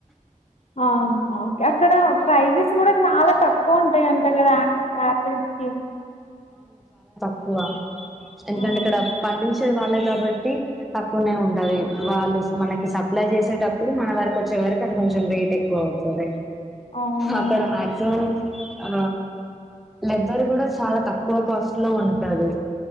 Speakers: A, on the left; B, in the centre.
A: ఆ అవు ఎక్కడ ప్రైజెస్ కూడా చాలా తక్కువ ఉంటాయంట కదా ఆపిల్స్ కి
B: కువ ఎందుకంటే
A: ఆ
B: ఇక్కడ పండించ్ చే వాళ్ళే కాబట్టి తక్కువనే ఉంటది వాళ్ళు మనకి సప్లై చేసేటప్పుడు మన వరకు వచ్చే వరకు అది కొంచెం రేట్ ఎక్కువ అవుతది
A: అవును
B: అక్కడ మాక్సిమం ఆ లెద్దర్ కూడా చాలా తక్కువ కాస్ట్ లో ఉంటది